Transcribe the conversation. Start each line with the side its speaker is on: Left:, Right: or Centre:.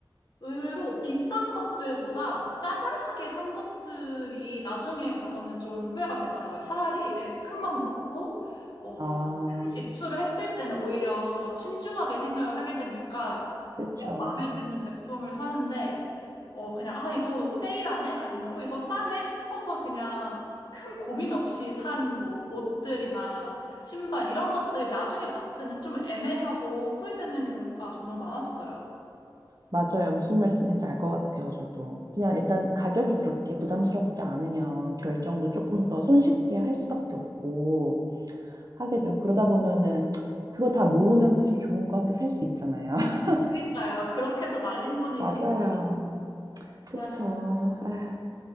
Left: 의외로 비싼 것들보다 짜잘하게 산 것들이 나중에 가서는 좀 후회가 되더라고요. 차라리 이제 큰맘 먹고, 어,
Right: 아,
Left: 큰 지출을 했을 때는 오히려 신중하게 생각을 하게 되니까
Right: 그렇죠.
Left: 마음에 드는 제품을 사는데, 어, 그냥, 아, 이거 세일하네? 아니면, 어, 이거 싸네? 싶어서 그냥 큰 고민 없이 산 뭐 옷들이나 신발 이런 것들이 나중에 봤을 때는 좀 애매하고 후회되는 경우가 저는 많았어요.
Right: 맞아요. 무슨 말씀인지 알 것 같아요, 저도. 그냥 일단 가격이 그렇게 부담스럽지 않으면 결정도 조금 더 손쉽게 할 수밖에 없고 하게 되고 그러다 보면은 그거 다 모으면 사실 좋은 거 학교 살 수 있잖아요. <laughs>
Left: 그러니까요. 그렇게 해서 날린 돈이
Right: 맞아요.
Left: 지금.
Right: 그쵸.
Left: 아,
Right: 아,